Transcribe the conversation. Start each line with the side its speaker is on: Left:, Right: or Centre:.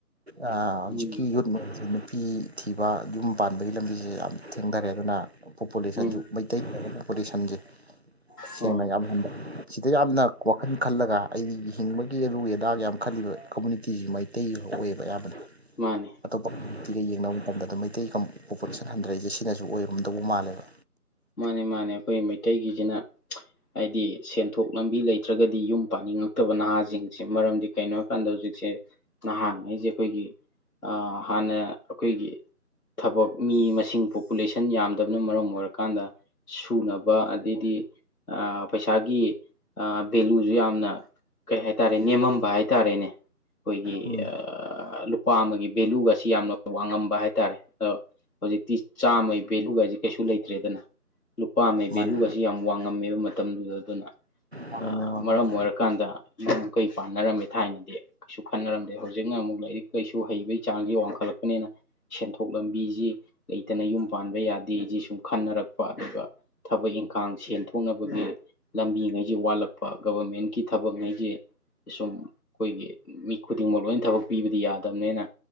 Right: ꯑꯥ ꯍꯧꯖꯤꯛꯀꯤ
Left: ꯎꯝ
Right: ꯌꯨꯠ ꯅꯨꯄꯤ ꯊꯤꯕ ꯌꯨꯝ ꯄꯥꯟꯕꯒꯤ ꯂꯝꯕꯤꯁꯦ ꯌꯥꯝ ꯊꯦꯡꯗꯔꯦ ꯑꯗꯨꯅ ꯄꯣꯄꯨꯂꯦꯁꯟꯁꯨ
Left: ꯎꯝ
Right: ꯃꯩꯇꯩ ꯄꯣꯄꯨꯂꯦꯁꯟꯁꯦ ꯁꯦꯡꯅ
Left: ꯍꯣꯏ
Right: ꯌꯥꯝ ꯍꯟꯗ ꯁꯤꯗ ꯌꯥꯝꯅ ꯋꯥꯈꯜ ꯈꯜꯂꯒ ꯑꯩ ꯍꯤꯡꯕꯒꯤ ꯑꯗꯨꯒꯤ ꯑꯗꯥꯒ ꯌꯥꯝ ꯈꯜꯂꯤꯕ ꯀꯝꯃꯨꯅꯤꯇꯤ ꯃꯩ ꯇꯩ ꯑꯧꯌ‌ꯦꯕ ꯑꯌꯥꯝꯕꯅ꯫
Left: ꯃꯥꯅꯦ
Right: ꯑꯇꯣꯞꯄ ꯇꯤꯒ ꯌꯦꯡꯅꯕ ꯃꯇꯝꯗ ꯃꯩꯇꯩ ꯀꯝ ꯄꯣꯄꯨꯂꯦꯁꯟ ꯍꯟꯗꯔꯛꯏꯁꯦ ꯁꯤꯅꯁꯨ ꯑꯣꯏꯔꯝꯗꯧꯕ ꯃꯥꯜꯂꯦꯕ
Left: ꯃꯥꯅꯦ ꯃꯥꯅꯦ ꯈꯣꯏ ꯃꯩꯇꯩꯒꯤꯖꯤꯅ ꯍꯥꯏꯗꯤ ꯁꯦꯟ ꯊꯣꯛ ꯂꯝꯕꯤ ꯂꯩꯇ꯭ꯔꯒꯗꯤ ꯌꯨꯝ ꯄꯥꯅꯤꯡꯉꯛꯇꯕ ꯅꯍꯥꯁꯤꯡꯁꯦ ꯃꯔꯝꯗꯤ ꯀꯩꯅꯣ ꯍꯥꯏꯀꯥꯟꯗ ꯍꯧꯖꯤꯛꯁꯦ ꯅꯍꯥꯡ ꯒꯩꯁ‌ꯦ ꯈꯣꯏꯒꯤ ꯑꯥ ꯍꯥꯟꯅ ꯑꯈꯣꯏꯒꯤ ꯊꯕꯛ ꯃꯤ ꯃꯁꯤꯡ ꯄꯣꯄꯨꯂꯦꯁꯟ ꯌꯥꯝꯗꯕꯅ ꯃꯔꯝ ꯑꯣꯏꯔ ꯀꯥꯟꯗ ꯁꯨꯅꯕ ꯑꯗꯩꯗꯤ ꯑꯥ ꯄꯩꯁꯥꯒꯤ ꯑꯥ ꯚꯦꯂꯨꯖꯨ ꯌꯥꯝꯅ ꯀꯩ ꯍꯥꯏꯇꯥꯔꯦ ꯅꯦꯝꯃꯝꯕ ꯍꯥꯏꯇꯥꯔꯦꯅꯦ ꯑꯈꯣꯏꯒꯤ
Right: ꯎꯝ
Left: ꯑꯥ ꯂꯨꯄꯥ ꯑꯃꯥꯒꯤ ꯚꯦꯂꯨꯒꯁꯤ ꯌꯥꯝꯅ ꯋꯥꯡꯉꯝꯕ ꯍꯥꯏꯇꯥꯔꯦ ꯑꯗꯣ ꯍꯧꯖꯤꯛꯇꯤ ꯆꯥꯝꯃꯩ ꯚꯦꯂꯨꯒꯥꯢꯁꯦ ꯀꯩꯁꯨ ꯂꯩ ꯇ꯭ꯔꯦꯗꯅ ꯂꯨꯄꯥ ꯑꯃꯩ
Right: ꯃꯥꯅꯦ
Left: ꯚꯦꯂꯨ ꯒꯁꯤ ꯌꯥꯝ ꯋꯥꯡꯉꯝꯃꯦꯕ ꯃꯇꯝꯗꯨꯗ ꯑꯗꯨꯅ
Right: ꯋꯥ
Left: ꯑꯥ
Right: ꯉꯝꯃꯦ ꯋꯥ ꯉꯝꯃꯦ
Left: ꯃꯔꯝ ꯑꯣꯏꯔꯀꯥꯟꯗ ꯌꯨꯝ ꯀꯩ ꯄꯥꯟꯅꯔꯝꯃꯦ ꯊꯥꯏꯅꯗꯤ ꯀꯩꯁꯨ ꯈꯟꯅꯔꯝꯗꯦ ꯍꯧꯖꯤꯛꯅ ꯑꯃꯨꯛ ꯂꯥꯏꯔꯤꯛ ꯂꯥꯏꯁꯨ ꯍꯩꯕꯒꯤ ꯆꯥꯡꯖꯤ ꯋꯥꯡꯈꯠꯂꯛꯄꯅꯦꯅ ꯁꯦꯟꯊꯣꯛ ꯂꯝꯕꯤꯖꯤ ꯂꯩꯇꯅ ꯌꯨꯝ ꯄꯥꯟꯕ ꯌꯥꯗꯦ ꯖꯤ ꯁꯨꯝ ꯈꯟꯅꯔꯛꯄ ꯑꯗꯨꯒ ꯊꯕꯛ ꯏꯪꯈꯥꯡ ꯁꯦꯟ ꯊꯣꯛꯅꯕꯒꯤ ꯂꯝꯕꯤꯉꯩꯖꯤ ꯋꯥꯠꯂꯛꯄ ꯒꯕꯔꯃꯦꯟꯀꯤ ꯊꯕꯛꯉꯩꯖꯦ ꯁꯨꯝ ꯑꯈꯣꯏꯒꯤ ꯃꯤ ꯈꯨꯗꯤꯡꯃꯛ ꯂꯣꯏꯟ ꯊꯕꯛ ꯄꯤꯕꯗꯤ ꯌꯥꯗꯕꯅꯦꯅ